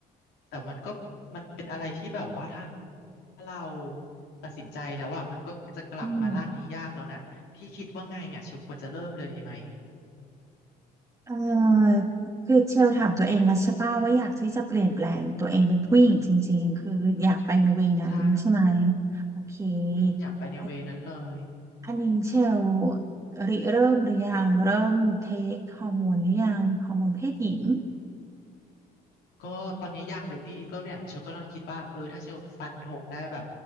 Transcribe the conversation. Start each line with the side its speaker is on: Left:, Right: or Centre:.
Left: แต่มันก็มันเป็นอะไรที่แบบว่าถ้าเราตัดสินใจแล้วอ่ะมันก็จะกลับมาร่างนี้ยากแล้วนะพี่คิดว่าไงอ่ะเชลควรจะเริ่มเลยดีไหม
Right: อืมเอ่อคือเชลถามตัวเองแล้วใช่ป่ะว่าอยากที่จะเปลี่ยนแปลงตัวเองเป็นผู้หญิงจริงๆคืออยากไปในเวนั้นใช่ไหม
Left: ใช่
Right: โอเค
Left: อืมอยากไปในเวนั้นเลย
Right: อันอันนี้เชลริเริ่มหรือยังเริ่มเทคฮอร์โมนหรือยังฮอร์โมนเพศหญิง
Left: ก็ตอนนี้ยังเลยพี่ก็เนี่ยเชลก็กำลังคิดว่าเออถ้าเชลฟันธงได้แบบ